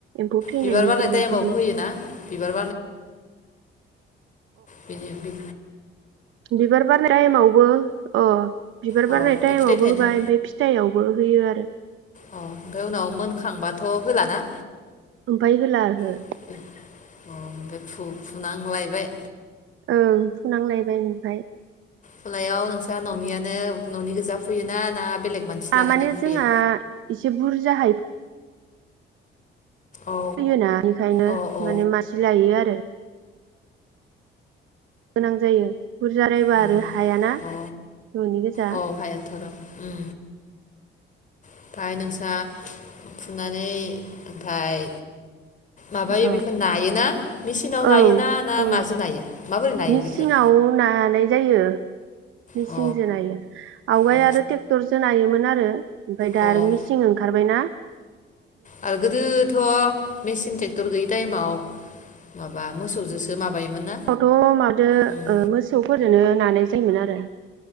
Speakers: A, on the right; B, on the left.
A: एम्फौ थैनायनिफोर
B: बिबार बारनाय टाइमावबो
A: बायदिबो।
B: होयो ना बिबार बिदि बि
A: बिबार बारनाय टाइमावबो ओ बिबार
B: अ ओमफ्राय
A: बारनाय टाइमावबो
B: फिथाइ थायनाय
A: होबाय ओमफाय फिथाइआवबो होयो आरो।
B: अ' ओमफाय उनाव मोनखांबाथ' होलाना?
A: ओमफाय होला ओहो।
B: <unintelligible> अ' ओमफाय फु फुनांलाय बाय।
A: ओं फुनांलायबाय ओमफाय।
B: फुनायाव नोंसा न'नियानो न'नि गोजा फुयोना ना बेलेग मानसि लानानै
A: आह माने
B: फुयो
A: जोंहा एसे बुरजाहाय
B: औ
A: फोयोना बेनिखायनो
B: औ औ
A: माने मानसि लायो आरो। गोनां जायो बुरजा रायबा
B: उम
A: आरो हायाना
B: अ
A: न'नि गोजा
B: औ हायाथ' र' उम ओमफ्राय नोंसा फुनानै ओमफाय माबायो
A: औ
B: बेखौ नायोना मेचिनाव
A: औ
B: नायोना ना
A: औ
B: माजों नायो माबोरै नायो
A: मिसिङाव
B: बेखौ
A: नानाय जायो मिसिंजो
B: अ
A: नायो आवगाय
B: अ
A: आरो ट्रेक्टरजों नायोमोन आरो ओमफ्राय दा
B: अ
A: आरो मिसिं ओंखारबाय ना
B: आरो गोदोथ' मिसिनजों टेक्टर गैयै टाइमाव मा मोसौजोंसो माबायोमोन माबा ना
A: फावथ' मादो
B: उम
A: मोसौफोरजोनो नानाय जायोमोन आरो